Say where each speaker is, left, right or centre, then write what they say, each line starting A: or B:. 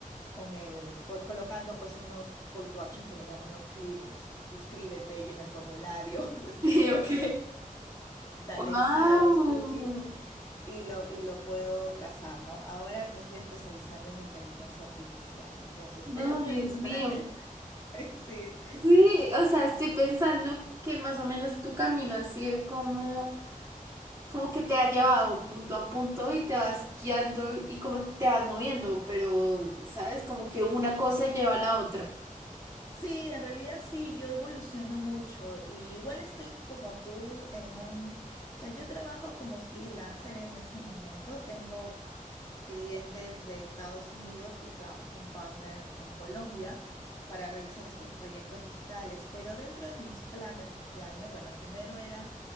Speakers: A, on the left (about 25°); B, on the right (about 20°).
A: con el colocando pues unos call to action que le llamo unos clics, suscríbete y en el formulario, <laughs> ese
B: sí,
A: tipo de
B: ok.
A: cosas Dale
B: Wow,
A: sí a los cookies y lo, y lo puedo trazar, ¿no? Ahora me estoy especializando en inteligencia artificial. Entonces,
B: no,
A: dentro
B: Dios
A: de mis
B: mío.
A: planes, <laughs> sí,
B: Sí, o sea, estoy pensando que más o menos tu camino ha sido como, como que te ha llevado punto a punto y te vas guiando y como te vas moviendo, pero, ¿sabes? Como que una cosa lleva a la otra.
A: Sí, en realidad sí, yo evoluciono mucho y igual estoy como tú en un, o sea, yo trabajo como freelancer en este momento, tengo clientes de Estados Unidos y trabajo con partner en Colombia para realizar estos proyectos digitales, pero dentro de mis planes este año, bueno, primero era